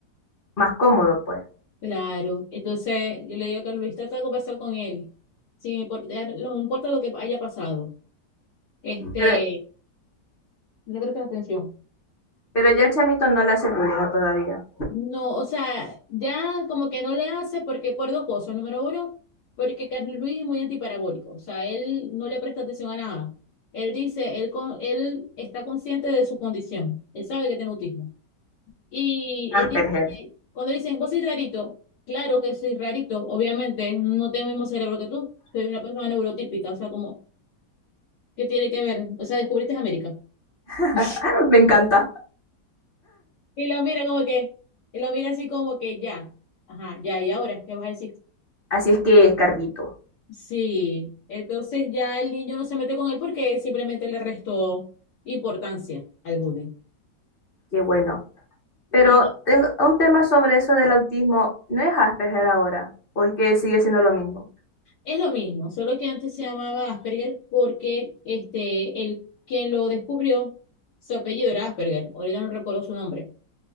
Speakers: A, on the left; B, on the left.
A: más cómodo, pues.
B: claro. Entonces, yo le digo que Luis trata de conversar con él. Sí, porque no importa lo que haya pasado. Este,
A: Pero,
B: no le prestas atención.
A: pero ya el chamito no le hace bullying o todavía.
B: No, o sea, ya como que no le hace porque por dos cosas. Número uno, porque Carlos Luis es muy antiparabólico, o sea, él no le presta atención a nada. Él dice, él, con- él está consciente de su condición, él sabe que tiene autismo. Y
A: Asperger.
B: él dice, que- cuando le dicen, vos sois rarito, claro que soy rarito, obviamente, no tengo el mismo cerebro que tú, soy una persona neurotípica, o sea, como, ¿qué tiene que ver? O sea, descubriste América.
A: <laughs>
B: <laughs>
A: Me encanta.
B: Y lo mira como que, y lo mira así como que ya, ajá, ya, ¿y ahora qué vas a decir?
A: Así es que, Carlito,
B: Sí, entonces ya el niño no se mete con él porque simplemente le restó importancia al bullying.
A: qué bueno.
B: Y
A: Pero tengo un tema sobre eso del autismo. ¿No es Asperger ahora? ¿O es que sigue siendo lo mismo?
B: es lo mismo, solo que antes se llamaba Asperger porque este, el, quien lo descubrió, su apellido era Asperger, ahorita no recuerdo su nombre.